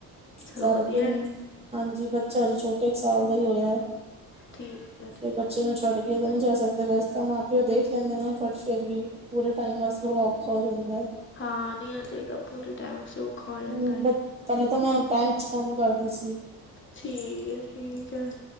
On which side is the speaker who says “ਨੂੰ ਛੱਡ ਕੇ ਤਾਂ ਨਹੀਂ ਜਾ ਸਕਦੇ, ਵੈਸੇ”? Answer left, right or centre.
Right